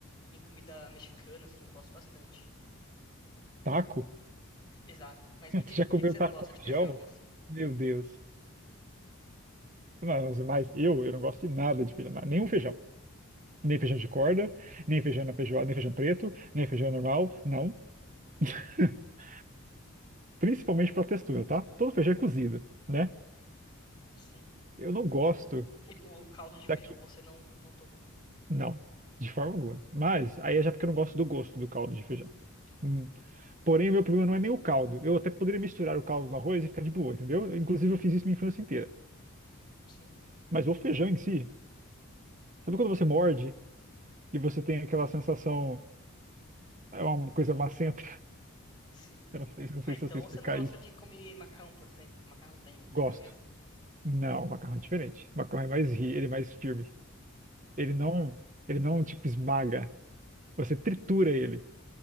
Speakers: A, on the left (about 20°); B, on the right (about 35°).
A: Em comida mexicana, assim, eu gosto bastante.
B: Taco?
A: Exato.
B: <laughs>
A: Mas me
B: Você
A: diz,
B: já
A: por
B: comeu
A: que que você
B: taco
A: não gosta
B: com feijão?
A: de feijão, assim?
B: Meu Deus. Não, mas eu, eu não gosto de nada de feijão, nenhum feijão. Nem feijão de corda, nem feijão na feijoada, nem feijão preto, nem feijão normal, não. <laughs> Principalmente pela textura, tá? Todo feijão é cozido, né?
A: Sim.
B: Eu não gosto
A: Tipo, caldo de feijão,
B: daqui.
A: você não, não toma.
B: Não, de forma alguma. Mas aí é já porque eu não gosto do gosto do caldo de feijão. Hum. Porém, o meu problema não é nem o caldo. Eu até poderia misturar o caldo no arroz e ficar de boa, entendeu? Inclusive, eu fiz isso minha infância inteira.
A: Sim.
B: Mas o feijão em si, sabe quando você morde e você tem aquela sensação, é uma coisa macenta?
A: Sim.
B: Eu não sei, não
A: Ah,
B: sei
A: então
B: se eu sei
A: você
B: explicar
A: não gosta
B: isso.
A: de comer macarrão, por exemplo. Macarrão tem, fica
B: Gosto.
A: meio assim.
B: Não, o macarrão é diferente. O macarrão é mais rígido, ele é mais firme. Ele não, ele não tipo esmaga. Você tritura ele.